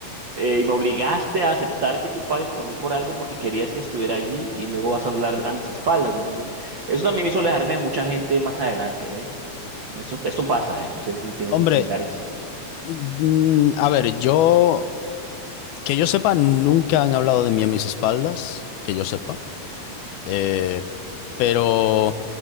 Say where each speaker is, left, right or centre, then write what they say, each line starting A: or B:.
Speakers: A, on the right; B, on the left.
A: eh, y me obligaste a aceptar que tú pagues por mí por algo porque querías que estuviera allí y luego vas a hablar a mis espaldas. Entonces, eso también me hizo alejarme de mucha gente más adelante, ¿eh? Eso, esto pasa, ¿eh? No sé si tienes
B: Hombre,
A: similares.
B: Mm, A ver, yo, que yo sepa, nunca han hablado de mí a mis espaldas, que yo sepa. Eh, pero